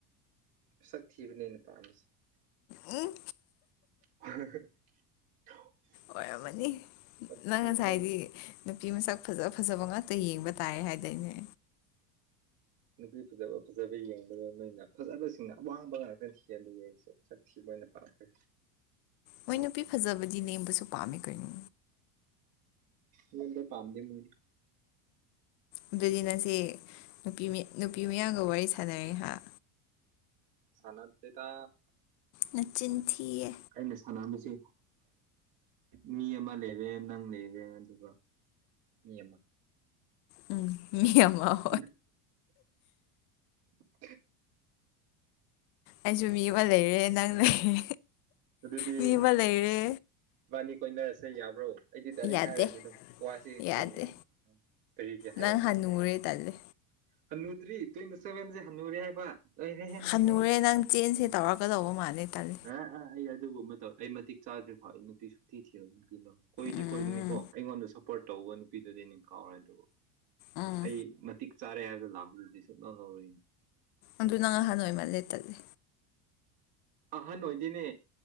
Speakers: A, on the right; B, on the left.
A: ꯁꯛ ꯊꯤꯕꯅꯦꯅ ꯄꯥꯝꯃꯤꯁꯦ
B: ꯎꯝ
A: <unintelligible>
B: ꯑꯣꯏꯔꯝꯃꯅꯤ
A: ꯁꯛ
B: ꯅꯪ
A: ꯊꯤꯕ
B: ꯉꯁꯥꯏꯗꯤ ꯅꯨꯄꯤ ꯃꯁꯛ ꯐꯖ ꯐꯖꯕ ꯉꯥꯛꯇ ꯌꯦꯡꯕ ꯇꯥꯏ ꯍꯥꯏꯗꯣꯏꯅꯦ
A: ꯅꯨꯄꯤ ꯐꯖꯕ ꯐꯖꯕ ꯌꯦꯡꯕꯗ ꯅꯣꯏꯅ ꯐꯖꯕꯁꯤꯡꯅ ꯑꯋꯥꯡꯕ ꯉꯥꯛꯇ ꯍꯦꯜꯂꯤꯌꯦ ꯑꯩꯁꯦ ꯁꯛ ꯊꯤꯕ ꯑꯣꯏꯅ ꯄꯥꯄ
B: ꯃꯣꯏ ꯅꯨꯄꯤ ꯐꯖꯕꯗꯤ ꯅꯦꯝꯕꯁꯨ ꯄꯥꯝꯃꯤ ꯀꯣꯏꯅꯣ
A: ꯍꯗ ꯄꯝꯗꯤ ꯃꯣꯏ
B: ꯑꯗꯨꯗꯤ ꯅꯁꯤ ꯅꯨꯄꯤ ꯅꯨꯄꯤ ꯃꯌꯥꯝꯒ ꯋꯥꯔꯤ ꯁꯥꯟꯅꯔꯦ ꯍꯥꯏ
A: ꯁꯅꯗ ꯂꯩꯦꯇ
B: ꯅꯆꯤꯟ ꯊꯌꯦ
A: ꯑꯩꯅ ꯁꯥꯟꯁ ꯃꯤ ꯑꯃ ꯂꯩꯔꯦ ꯅꯪ ꯂꯩꯔꯦ ꯑꯗꯨꯒ ꯃꯤ ꯑꯃ
B: ꯎꯝ ꯃꯤ ꯑꯃꯃ
A: ꯎꯝ ꯎ
B: ꯑꯩꯁꯨ ꯃꯤ ꯑꯃ ꯂꯩꯔꯦ ꯅꯪ ꯂꯩꯔꯦ
A: ꯑꯗꯨꯗꯤ
B: ꯃꯤ ꯑꯃ ꯂꯩꯔꯦ
A: ꯏꯕꯥꯅꯤ ꯀꯣꯏꯅꯔꯁꯦ ꯌꯥꯕ꯭ꯔꯣ ꯑꯩꯗꯤ ꯇꯥꯏꯔꯦꯛ
B: ꯌꯥꯗꯦ
A: ꯍꯥꯏꯔꯒꯦ ꯑꯗꯨꯝ ꯋꯥꯁꯤ
B: ꯌꯥꯗꯦ
A: ꯁꯝꯅ ꯀꯔꯤꯒꯦ ꯍꯥꯏꯌꯣ
B: ꯅꯪ ꯍꯟꯅꯨꯔꯦ ꯇꯜꯂꯦ
A: ꯍꯟꯅꯨꯗ꯭ꯔꯤ ꯇ꯭ꯋꯦꯟꯇꯤ ꯁꯚꯦꯟꯁꯦ ꯍꯟꯅꯨꯔꯦ ꯍꯥꯏꯕ ꯂꯣꯏꯔꯦꯍꯦ ꯅꯪꯁꯨ
B: ꯍꯜꯟꯅꯨꯔꯦ ꯅꯪ ꯆꯦꯟꯁꯦ ꯇꯧꯔꯛꯀꯗꯧꯕ ꯃꯥꯜꯂꯦ ꯇꯂꯦ
A: ꯑ ꯑꯥ ꯑꯩ ꯑꯗꯨꯒꯨꯝꯕ ꯑꯃ ꯇꯧ ꯑꯩ ꯃꯇꯤꯛ ꯆꯥꯗ꯭ꯔꯤꯐꯥꯎ ꯑꯩ ꯅꯨꯄꯤꯁꯨ ꯊꯤ ꯊꯤꯔ ꯅꯨꯄꯤ ꯂꯧꯅꯤ ꯀꯣꯏꯗꯤ
B: ꯎꯝ
A: ꯀꯣꯏꯒꯅꯤꯀꯣ ꯑꯩꯉꯣꯟꯗ ꯁꯞꯄꯣꯔꯠ ꯇꯧꯕ ꯅꯨꯄꯤꯗꯨꯗꯤ ꯑꯩꯅ ꯀꯥꯎꯔꯦ ꯑꯗꯨꯕꯨ
B: ꯎꯝ
A: ꯑꯩ ꯃꯇꯤꯛ ꯆꯥꯔꯦ ꯍꯥꯏꯕꯗ ꯂꯥꯛꯄ ꯅꯨꯄꯤ ꯁꯨꯛ ꯂꯧ ꯂꯧꯔꯣꯏ ꯑꯩꯅ
B: ꯑꯗꯨꯅꯪ ꯑꯍꯟ ꯑꯣꯏꯃꯜꯂꯦ ꯇꯜꯂꯦ
A: ꯑꯍꯟ ꯑꯣꯏꯗꯤꯅꯦ